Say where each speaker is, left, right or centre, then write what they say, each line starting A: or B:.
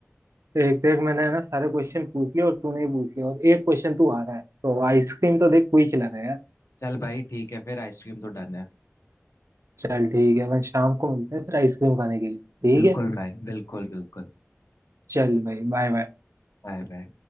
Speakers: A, on the right; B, on the left.
A: देख देख मैंने है ना सारे क्वेश्चन पूछ लिए और तूने भी पूछ लिया और एक क्वेश्चन तू आ रहा है तो आइसक्रीम तो देख तू ही खिला रहा है यार
B: चल भाई ठीक है फिर आइसक्रीम तो डन है
A: चल ठीक है अपन शाम को मिलते हैं फिर आइसक्रीम खाने के लिए ठीक
B: बिल्कुल
A: है
B: भाई बिल्कुल बिल्कुल
A: चल भाई बाय बाय
B: Bye bye